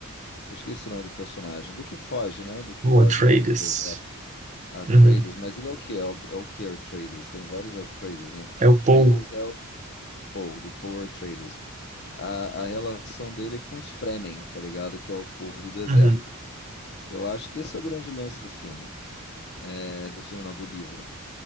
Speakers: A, on the left; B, on the right.
A: Eu esqueci o nome do personagem, do que foge, né? Do que
B: O
A: foge
B: Atreides.
A: lá pro deserto. Atreides,
B: Uhum.
A: mas ele é o quê? É o, é o que Atreides? Tem vários Atreides, né? Porque
B: É
A: Atreides
B: o Paul.
A: é o Paul, do Paul Atreides. A, a relação dele com os Fremen, tá ligado? Que é o povo do deserto.
B: Uhum.
A: Eu acho que esse é o grande lance do filme. É, do filme não, do livro.